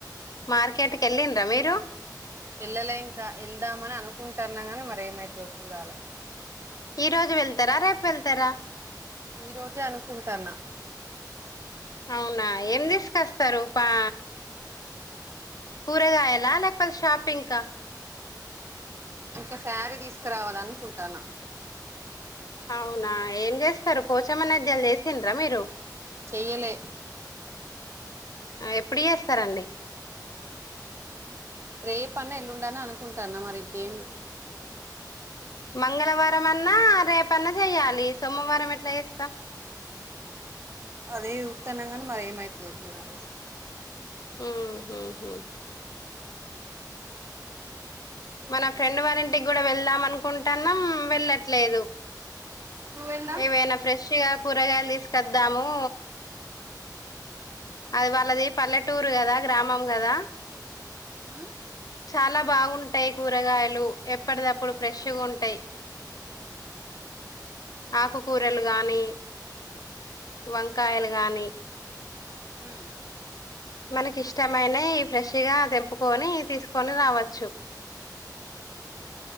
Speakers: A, on the left; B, on the right.
A: మార్కెట్ కు వెళ్లిండ్రా మీరు
B: వెళ్ళలే ఇంకా వెళ్దామని అనుకుంటున్నా గాని మరి ఏమైతదో చూడాలి
A: ఈ రోజు వెళ్తారా రేపు వెళ్తారా
B: ఈ రోజే అనుకుంటన్నా
A: అవునా ఏం తీసుకస్తారు పా కూరగాయలా లేకపోతే షాపింగ్ కా
B: ఒక శారీ తీసుకురావాలనుకుంటన
A: అవునా ఏం చేస్తారు పోచమ నద్యాలు చేసిండ్రా మీరు
B: చేయలే
A: ఆ ఎప్పుడు చేస్తారండి
B: రేపన్నా ఎల్లుండన అనుకుంటన్న మరికేం
A: మంగళవారం అన్నా రేపు పన్న చెయ్యాలి సోమవారం ఎట్లా చేస్తామ్
B: అదే ఉత్తన్నగనీ మరి ఏమయితదో చూడాలి ఇగ
A: ఊ హూ హూ మన ఫ్రెండ్ వాళ్ల ఇంటికి కూడా వెళ్దాం అనుకుంటున్నాం వెళ్ళట్లేదు
B: ఎప్పుడు వెళ్దాం
A: ఏవైనా ఫ్రెష్గా కూరగాయలు తీసుకొద్దాము అది వాళ్ళది పల్లెటూరు కదా గ్రామం కదా
B: ఊ
A: చాలా బాగుంటాయి కూరగాయలు ఎప్పటిదప్పుడు ఫ్రెష్గా ఉంటాయి ఆకుకూరలు గాని వంకాయలు గాని
B: ఉమ్
A: మనకిష్టమైన ఫ్రెష్గా తెంపుకొని తీసుకొని రావచ్చు